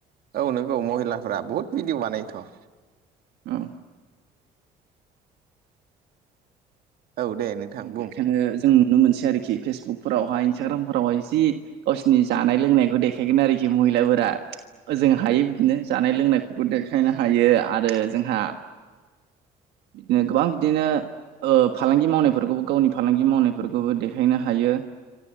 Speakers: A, on the right (about 60°); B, on the right (about 80°).
A: औ नंगौ महिलाफोरा बहुत भिदिअ' बानायोथ'।
B: औ।
A: औ दे। नोंथां बुं
B: बेखायनो जों नुनो मोनसै आरोखि फेसबुकफोरावहाय इन्सटाग्रामफोरावहाय जि गावसिनि जानाय लोंनायखौ देखायगोन आरोखि महिलाफोरा। ओजों हायो बिदिनो जानाय लोंनायफोरखौ देखायनो हायो आरो जोंहा बिदिनो गोबां बिदिनो ओ फालांगि मावनाय फोरखौबो गावनि फालांगि मावनायफोरखौबो देखायनो हायो।